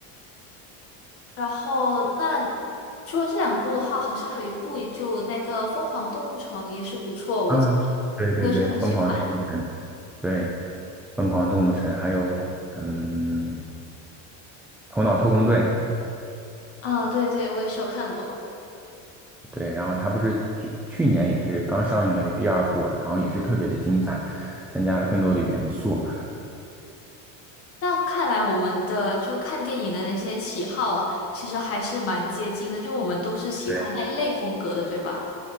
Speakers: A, on the left; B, in the centre.
A: 然后，那除了这两部的话，好像还有一部，也就那个《疯狂动物城》也是不错，我记得
B: 啊！对对对，
A: 我也是很喜欢。
B: 《疯狂动物城》对，疯狂动物城，还有嗯，头脑特工队，
A: 啊，对对，我也是有看过。
B: 对，然后它不是去去年也是刚上映了第二部，然后也是特别的精彩，增加了更多的元素。
A: 那看来我们的就看电影的那些喜好啊其实还是蛮接近的，就我们都是喜欢那一类风格的，
B: 对，
A: 对吧？